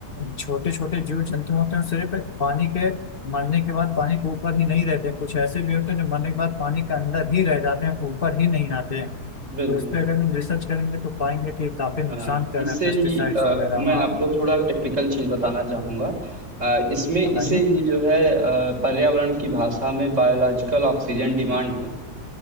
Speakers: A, on the left (about 35°); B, on the right (about 50°).
A: छोटे छोटे जीव जंतु होते हैं सिर्फ पानी के मरने के बाद पानी के ऊपर ही नहीं रहते कुछ ऐसे भी होते हैं जो मरने के बाद पानी के अंदर ही रह जाते हैं ऊपर ही नहीं आते हैं
B: बिल्कुल।
A: तो इस पे अगर हम रिसर्च करेंगे तो पाएंगे कि काफी नुकसान
B: अ,
A: कर
B: इससे
A: रहा है पेस्टिसाइड्स
B: ही अ,
A: वगैरह
B: मैं
A: हाँ
B: आपको थोड़ा टेक्निकल चीज बताना चाहूंगा अ, इसमें इसे
A: बताइए
B: ही जो है अ, पर्यावरण की भाषा में बायोलॉजिकल ऑक्सीजन डिमांड है